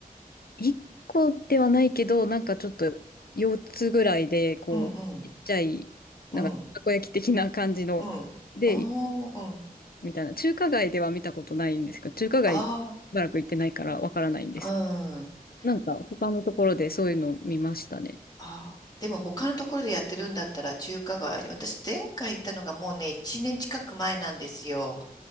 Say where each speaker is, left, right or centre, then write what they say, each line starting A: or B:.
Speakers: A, on the left (about 75°); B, on the left (about 25°).
A: 一個ではないけど、なんかちょっと4つぐらいで、こう、
B: うんうん、
A: ちっちゃい、
B: うん、
A: なんかたこ焼き的な感じの、
B: うん。
A: で、
B: ああ、
A: いっ
B: うん。
A: みたいな、中華街では見たことないんですけど、中華街しばらく行ってないからわからないんです。
B: ああ、うん。
A: なんか他のところでそういうのを見ましたね。
B: ああ、でも他のところでやってるんだったら中華街に、私前回行ったのがもうね、1年近く前なんですよ。